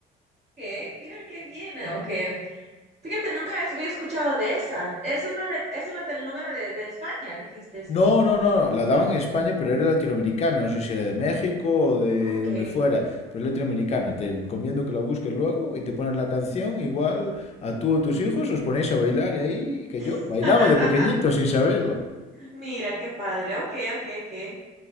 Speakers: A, on the right (about 40°); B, on the left (about 40°).
A: Ok, mira qué bien. Ok, Fíjate, nunca es- había escuchado de esa. Es una, de- es una telenovela de, de España, dijiste.
B: No, no, no, no, la daban en España, pero era latinoamericana, no sé si era de México o de
A: Ok.
B: donde fuera, pero es latinoamericana. Te encomiendo que la busques luego y te pones la canción, igual a tú o tus hijos os ponéis a bailar y ahí, que yo
A: <laughs>
B: bailaba de pequeñito sin saberlo.
A: Mira, qué padre. Ok, ok, ok.